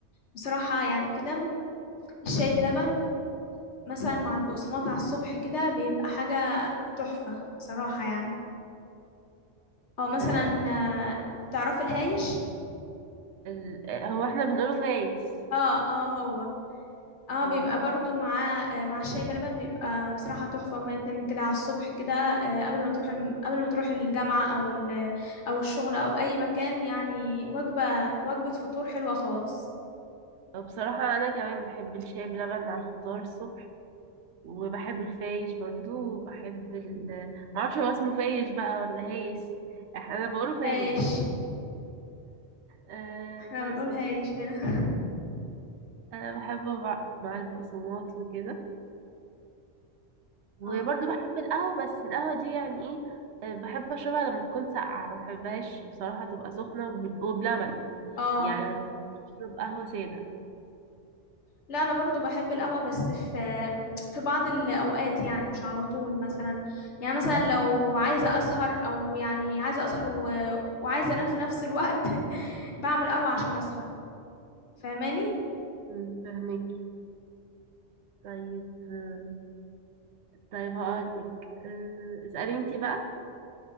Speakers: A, on the left (about 80°); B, on the right (about 75°).
A: بصراحة يعني كده الشاي بلبن مثلا مع البقسماط على الصبح كده بيبقى حاجة تحفة صراحة يعني او مثلا
B: آه،
A: آه، تعرفي الهايش
B: ال... آه، هو احنا بنقوله فايش
A: اه اه هو اه
B: اه
A: بيبقى برضو مع آه، مع الشاي بلبن بيبقى بصراحة تحفة هما الاتنين كده على الصبح كده آه، قبل ما تروح الم... قبل ما تروح الجامعة او ال... او الشغل او اي مكان يعني وجبة وجبة فطور حلوة خالص
B: بصراحة انا كمان بحب الشاي بلبن على الفطار الصبح وبحب الفايش برضو وبحب ال... معرفش هو اسمه فايش بقى ولا هايش احنا انا بقوله فايش
A: هايش
B: أه
A: احنا
B: بس
A: بنقول هايش هنا
B: أه بحبه بع- مع البقسماط وكده وبرضه
A: اه
B: بحب القهوة بس القهوة دي يعني ايه آه، بحب اشربها لما تكون ساقعة ما بحبهاش بصراحة تبقى سخنة وب- وبلبن
A: اه
B: يعني ما بحبش اشرب قهوة سادة
A: لا انا برضو بحب القهوة بس في في بعض الاوقات يعني مش على طول مثلا يعني مثلا لو عايزة اسهر او يعني عايزة اسهر و... وعايزة انام في نفس الوقت <laughs> بعمل قهوة عشان اسهر فاهماني
B: مم، فهمك طيب آه، طيب هقولك آه، اسألي انتي بقى